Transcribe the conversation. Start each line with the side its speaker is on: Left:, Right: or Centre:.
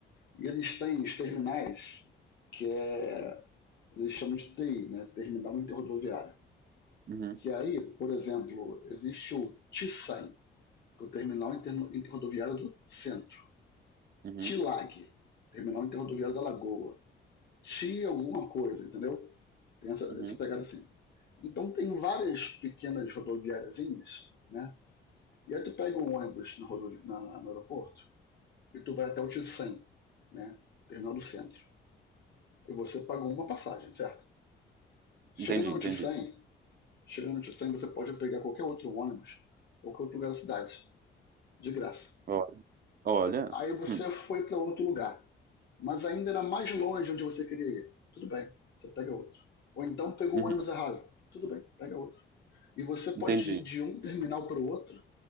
Left: E eles têm os terminais que é, eles chamam de TI, né, Terminal Interrodoviário.
Right: Uhum.
Left: Que aí, por exemplo, existe o t TISAM, que é o Terminal Interno- Interrodoviário do Centro.
Right: Uhum.
Left: T TILAG, Terminal Interrodoviário da Lagoa. T alguma coisa, entendeu? Tem essa,
Right: Uhum.
Left: essa pegada assim. Então tem várias pequenas rodoviáriazinhas, né? E aí tu pega um ônibus na rodovi... na, no aeroporto e tu vai até o Tissan, né? Terminal do centro. E você pagou uma passagem, certo? Chegando
Right: Entendi,
Left: no
Right: entendi.
Left: Tissan, chegando no Tissan, você pode pegar qualquer outro ônibus, qualquer outro lugar da cidade, de graça.
Right: Ó, Olha.
Left: Aí você
Right: Hum.
Left: foi para outro lugar, mas ainda era mais longe onde você queria ir. Tudo bem, você pega outro. Ou então pegou
Right: Uhum.
Left: o ônibus errado. Tudo bem, pega outro. E você pode
Right: Entendi.
Left: ir de um terminal para o outro